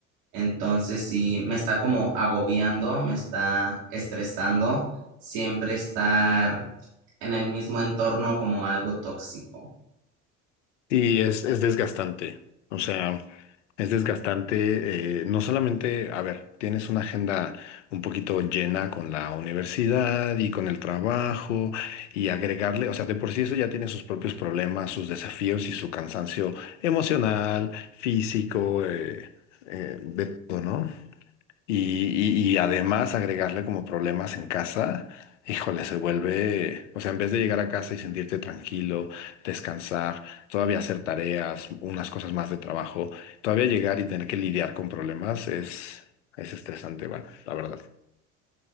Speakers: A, on the right; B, on the left.
A: Entonces sí, me está como agobiando, me está estresando siempre estar en el mismo entorno como algo tóxico.
B: Y es, es desgastante, o sea, Es desgastante, eh, no solamente, a ver, tienes una agenda un poquito llena con la universidad y con el trabajo y agregarle, o sea, de por sí eso ya tiene sus propios problemas, sus desafíos y su cansancio emocional, físico, eh, eh, de todo, ¿no? Y, y- y además agregarle como problemas en casa, híjole, se vuelve, o sea, en vez de llegar a casa y sentirte tranquilo, descansar, todavía hacer tareas, unas cosas más de trabajo, todavía llegar y tener que lidiar con problemas es, es estresante, bueno, la verdad.